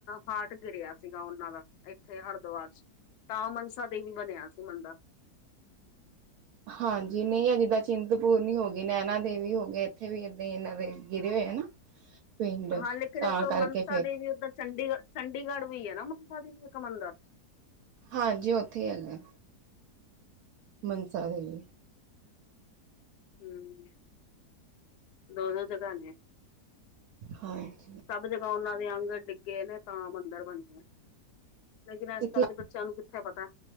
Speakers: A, on the left (about 75°); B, on the right (about 65°).
A: ਹਾਰਟ ਗਿਰਿਆ। ਸੀਗਾ ਉਹਨਾਂ ਦਾ ਇੱਥੇ ਹਰਿਦੁਆਰ ਚ, ਤਾਂ ਮਨਸਾ ਦੇਵੀ ਬਣਿਆ ਸੀ ਮੰਦਿਰ।
B: ਹਾਂਜੀ, ਨਹੀਂ ਆ ਜਿੱਦਾਂ ਚਿੰਤਪੁਰਨੀ ਹੋ ਗਈ, ਨੈਨਾ ਦੇਵੀ ਹੋ ਗਏ, ਇੱਥੇ ਵੀ ਏਦਾਂ ਹੀ ਇਹਨਾਂ ਦੇ ਗਿਰੇ ਹੋਏ ਹਨ ਨਾ? <inaudible>
A: ਹਾਂ ਲੇਕਿਨ,
B: ਤਾਂ
A: ਇੱਕ
B: ਕਰਕੇ
A: ਮਨਸਾ
B: ਫਿਰ
A: ਦੇਵੀ ਉੱਧਰ ਚੰਡੀਗੜ੍ਹ, ਚੰਡੀਗੜ੍ਹ ਵੀ ਹੈ ਨਾ ਮਨਸਾ ਦੇਵੀ ਇੱਕ ਮੰਦਿਰ?
B: ਹਾਂਜੀ, ਉੱਥੇ ਹੀ ਹੈਗਾ। ਮੰਨਸਾ ਦੇਵੀ।
A: ਹਮ। ਦੋ-ਦੋ ਜਗਾ ਨੇ।
B: ਹਾਂਜੀ।
A: ਸਭ ਜਗ੍ਹਾ ਉਹਨਾਂ ਦੇ ਅੰਗ ਡਿੱਗੇ ਨੇ, ਤਾਂ ਮੰਦਿਰ ਬਣੇ ਆ। ਲੇਕਿਨ ਅੱਜ
B: ਇੱਥੇ
A: ਕੱਲ੍ਹ ਦੇ ਬੱਚਿਆਂ ਨੂੰ ਕਿੱਥੇ ਪਤਾ,